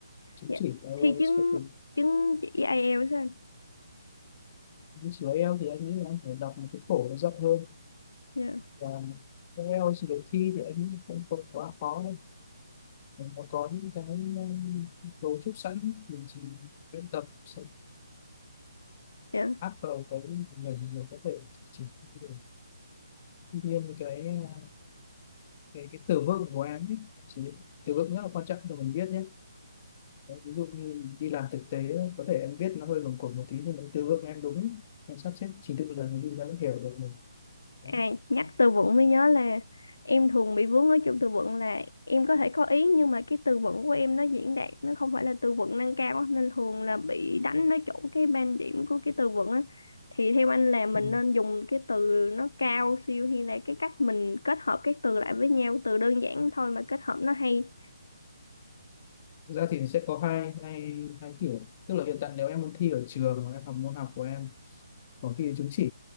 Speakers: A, on the left; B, on the left.
A: chứng
B: dạ
A: chỉ IELTS
B: thi chứng
A: các thứ.
B: chứng chỉ ai eo sao anh
A: Chứng chỉ IELTS thì anh nghĩ là anh phải đọc một cái phổ nó rộng hơn
B: dạ
A: và IELTS được thi thì anh nghĩ là không không quá khó đâu. nó có những cái ờ, cấu trúc sẵn mình chỉ luyện tập sẽ
B: dạ
A: áp vào cái của mình là có thể chỉnh được tuy nhiên cái ờ, cái cái từ vựng của em ấy em sử dụng từ vựng rất là quan trọng cho mình viết nhé Đấy, ví dụ như đi làm thực tế có thể em viết nó hơi lồng cuộn một tí nhưng mà từ vựng em đúng em sắp xếp trình tự một lần đi ra vẫn hiểu được mình
B: à
A: Đấy.
B: nhắc từ vựng mới nhớ là em thường bị vướng ở chỗ từ vựng là em có thể có ý nhưng mà cái từ vựng của em nó diễn đạt nó không phải là từ vựng nâng cao á, nên thường là bị đánh nó trúng cái ban điểm của cái từ vựng á thì theo anh là mình
A: Ừ.
B: nên dùng cái từ nó cao siêu hay là cái cách mình kết hợp các từ lại với nhau từ đơn giản thôi mà kết hợp nó hay
A: Thực ra thì sẽ có hai hai hai kiểu tức là hiện tại nếu em muốn thi ở trường mà em học môn học của em có thi chứng chỉ